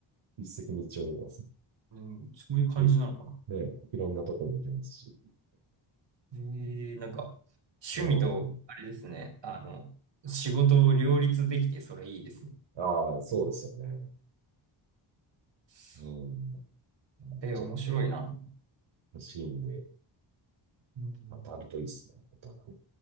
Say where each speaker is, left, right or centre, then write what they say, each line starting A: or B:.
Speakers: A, on the right; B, on the right.
A: 一石二鳥ですね。
B: うん、そういう感じなのかな。
A: いね、いろんなところに行けますし。
B: えー、なんか、趣味と、
A: うん。
B: あれですね。あの、仕事を両立できて、それいいですね。
A: ああ、そうですよね。
B: そ
A: うん。なんで、
B: えー、
A: ちょっと
B: 面白いな。
A: 欲しいんで、
B: うん、
A: 当たるといいですね、お互い。